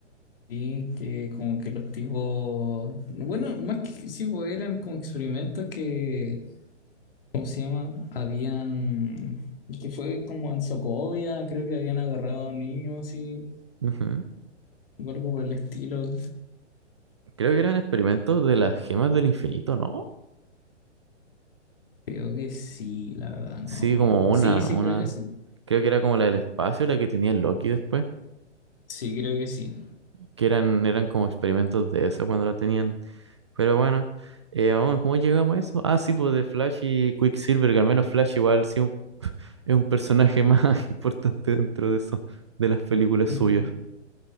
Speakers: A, on the left (about 50°); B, on the right (about 25°).
A: Sí, que como que los tipos, bueno, más que sí, po, eran como experimentos que, ¿cómo se llama? Habían, que fue como en Socovia, creo que habían agarrado a niños así,
B: Ujú.
A: o algo por el estilo.
B: Creo que eran experimentos de las gemas del infinito, ¿no?
A: Creo que sí, la verdad, no
B: Sí,
A: me acuerdo.
B: como una,
A: Sí, sí,
B: una.
A: creo que sí.
B: Creo que era como la del espacio, la que tenía Loki después.
A: Sí, creo que sí.
B: Que eran, eran como experimentos de esa cuando la tenían. Pero bueno, eh, aún, ¿cómo llegamos a eso? Ah, sí, pues de Flash y Quicksilver, que al menos Flash igual sí un- <laughs> es un personaje más <laughs> importante dentro de eso, de las películas
A: Ujú.
B: suyas.